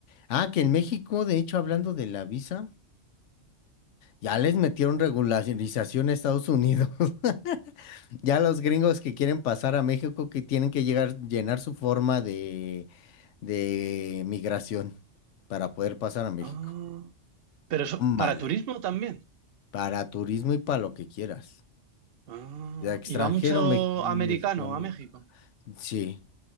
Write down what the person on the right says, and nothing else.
Ah, pero
eso- para turismo también.
Ah,
y va mucho
americano
a México.